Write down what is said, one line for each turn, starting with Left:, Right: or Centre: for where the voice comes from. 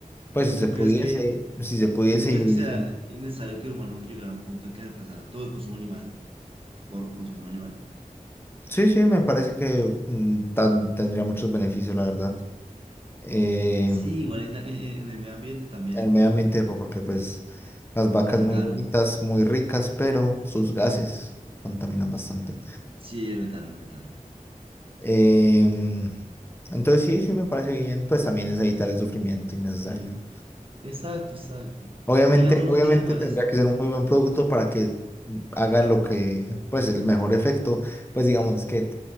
Left: Pues si
Right: ¿Tú
Left: se pudiese,
Right: crees que,
Left: si se pudiese
Right: tú crees
Left: y hubiese.
Right: que será necesario que el humano llegara a un punto en que reemplazara todo el consumo animal por consumo no animal?
Left: Sí, sí, me parece que mm, tan, tendría muchos beneficios, la verdad. Eh,
Right: Sí, igual en, la- en- en- en el medio ambiente también,
Left: el
Right: ¿no?
Left: medio ambiente, pa- porque pues las vacas
Right: Con el metano.
Left: muy bonitas, muy ricas, pero sus gases contaminan bastante.
Right: Sí, el metano, el metano.
Left: Em, entonces sí, sí me parece bien, pues también es evitar el sufrimiento innecesario.
Right: Exacto, exacto.
Left: Obviamente,
Right: Y aún
Left: obviamente
Right: no muchos animales,
Left: tendría que ser un muy buen producto para que haga lo que, pues el mejor efecto, pues digamos que